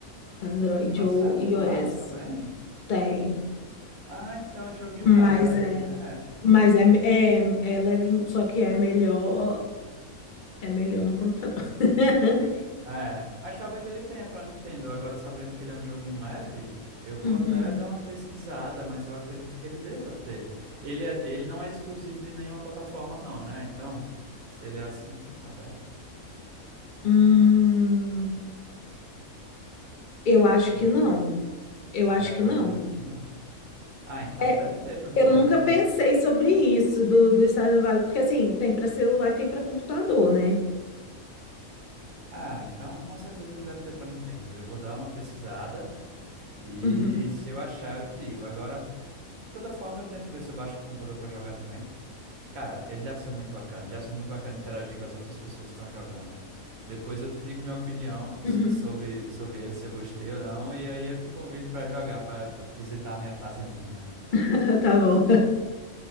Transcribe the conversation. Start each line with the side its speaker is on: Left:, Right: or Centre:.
Left: Android
Right: pra
Left: ou
Right: celular
Left: iOS.
Right: também?
Left: Tem,
Right: Ah, então é um joguinho
Left: mas
Right: leve,
Left: é,
Right: né?
Left: mas é, é, é levinho, só que é melhor, é melhor no computador. <laughs>
Right: É, mas talvez ele tenha pra Nintendo. Agora, sabendo que ele é um joguinho leve, eu vou
Left: Uhum.
Right: até dar uma pesquisada, mas eu acredito que ele deva ter. Ele, é- ele não é exclusivo de nenhuma plataforma, não, né? Então, se ele é assim, aberto,
Left: Hum, eu acho
Right: eu,
Left: que
Right: acre-
Left: não. Eu acho
Right: é,
Left: que
Right: eu
Left: não.
Right: acredito que não. Ah, então
Left: É,
Right: deve ter pra Nintendo.
Left: Eu nunca pensei sobre isso do, do Stardew Valley, porque assim, tem para celular e tem para computador, né?
Right: Ah, então com certeza ele deve ter pra Nintendo. Eu vou dar uma pesquisada e
Left: Uhum,
Right: se eu achar, eu te digo. Agora, de toda forma, eu tento ver se eu baixo pro computador pra jogar também. Cara, ele deve ser muito bacana. E deve ser muito bacana interagir com as outras pessoas que estão jogando. Depois eu te digo minha opinião
Left: uhum.
Right: s- sobre, sobre ele, se eu gostei ou não. E aí eu te convido para jogar, para visitar a minha fazendinha.
Left: <laughs> Tá bom.